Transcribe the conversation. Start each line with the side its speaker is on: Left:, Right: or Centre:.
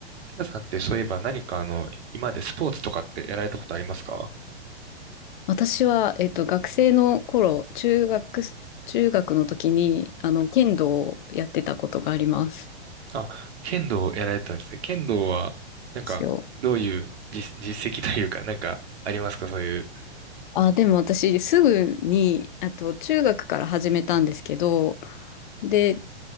Right: ちかさんってそういえば何かあの、今までスポーツとかってやられたことありますか
Left: 私は、えっと、学生の頃、中学、中学の時に、あの、剣道をやってたことがありますで
Right: あ、剣道をやられてたんですね。剣道は、なんか、
Left: すよ。
Right: どういう実、実績というか、なんか、ありますかそういう。
Left: あ、でも私、すぐに、あと、中学から始めたんですけど、で、